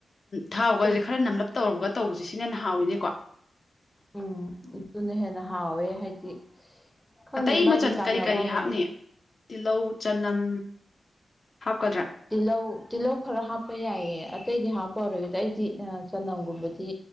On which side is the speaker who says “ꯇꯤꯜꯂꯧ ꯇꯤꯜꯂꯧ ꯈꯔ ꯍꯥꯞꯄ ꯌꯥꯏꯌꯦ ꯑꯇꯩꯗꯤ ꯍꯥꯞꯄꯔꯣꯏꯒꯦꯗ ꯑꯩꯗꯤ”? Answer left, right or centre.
Centre